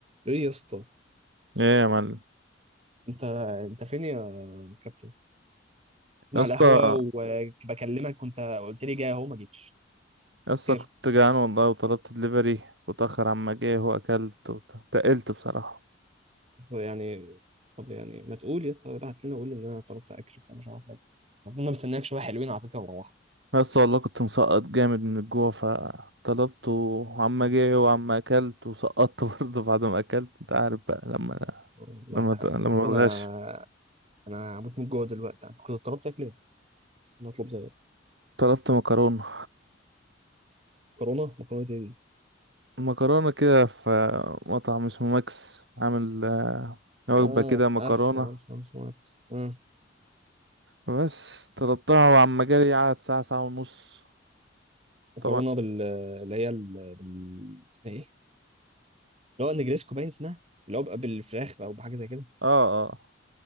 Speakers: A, on the right (about 35°); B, on the right (about 65°).
A: ايه يا اسطى
B: ايه يا معلم
A: انت انت فين يا كابتن انا
B: يا
A: على
B: اسطى
A: القهوه وبكلمك كنت قلت لي جاي اهو ما جيتش
B: يا اسطى
A: خير
B: كنت جعان والله وطلبت دليفري وتأخر عما جه واكلت وتقلت بصراحة
A: هو يعني طب يعني ما تقول يا اسطى ابعت لنا قول ان انا طلبت اكل فمش عارف حاجه ربنا مستنيك شويه حلوين على فكره وروحنا
B: يا اسطى والله كنت مسقط جامد من الجوع فطلبته وعما جه وعما اكلت وسقطت <laughs> برضه بعد ما اكلت انت عارف بقى لما
A: والله
B: لما لما
A: اصل
B: بتغش
A: انا انا هموت من الجوع دلوقتي انا كنت طلبت اكل يا اسطى انا اطلب زي
B: طلبت مكرونة
A: مكرونه مكرونه ايه دي
B: المكرونة كده في مطعم اسمه ماكس عامل آه، وجبة
A: اه
B: كده مكرونة
A: عارف عارف عارف عارف. اه
B: بس طلبتها وعما جالي قعد ساعة ساعة ونص
A: مكرونه
B: طبعا
A: بال اللي هي ال... بال... اسمها ايه اللي هو النجريسكو باين اسمها اللي هو بقى بالفراخ بقى وبحاجه زي كده
B: اه اه